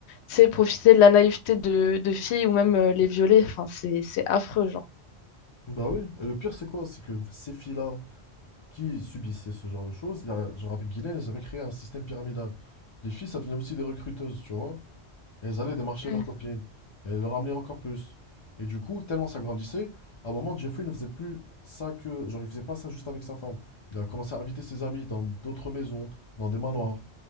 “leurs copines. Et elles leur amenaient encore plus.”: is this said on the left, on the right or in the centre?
Left